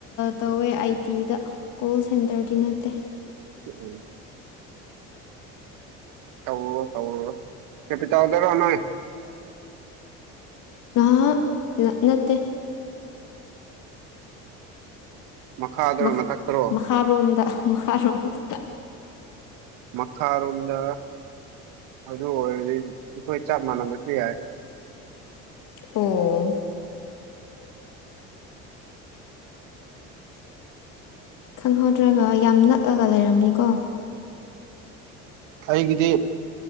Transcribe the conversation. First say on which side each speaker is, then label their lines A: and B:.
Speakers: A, on the left; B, on the right.
A: ꯇꯧꯋꯦ ꯑꯥꯏ ꯇꯤꯗ ꯀꯣꯜ ꯁꯦꯟꯇꯔ ꯗꯤ ꯅꯠꯇꯦ
B: ꯎꯝ ꯇꯧꯔꯨꯔꯣ ꯇꯧꯔꯨꯔꯣ ꯀꯦꯄꯤꯇꯦꯟꯗꯔ ꯅꯪ
A: ꯅ ꯅꯠ ꯅꯠꯇꯦ
B: ꯃꯈꯥꯗꯔꯣ
A: ꯃꯈ
B: ꯃꯊꯛꯇꯔꯣ
A: ꯃꯈꯥꯔꯣꯝꯗ ꯃꯈꯥꯔꯣꯝꯗ
B: ꯃꯈꯥꯔꯣꯝꯗ ꯑꯗꯨ ꯑꯣꯏꯔꯗꯤ ꯑꯩꯈꯣꯏ ꯆꯞ ꯃꯥꯟꯅꯕꯁꯨ ꯌꯥꯏ
A: ꯑꯣ ꯈꯪꯍꯧꯗ꯭ꯔꯒ ꯌꯥꯝ ꯅꯛꯑꯒ ꯂꯩꯔꯝꯅꯤꯀꯣ
B: ꯑꯩꯒꯤꯗꯤ